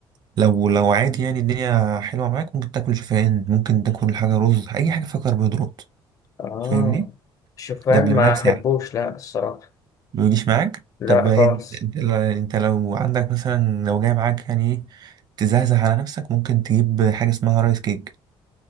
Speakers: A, on the right; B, on the left.
A: لو لو عادي يعني الدنيا حلوة معاك ممكن تاكل شوفان ممكن تاكل حاجة رز أي حاجة فيها كربوهيدرات
B: اه
A: فاهمني
B: شوفان
A: ده قبل
B: ما
A: منها بساعة
B: احبوش لا الصراحة
A: ما يجيش معاك
B: لا
A: طب انت
B: خالص
A: انت انت لو عندك مثلا لو جاي معاك يعني ايه تزهزه على نفسك ممكن تجيب حاجة اسمها رايس كيك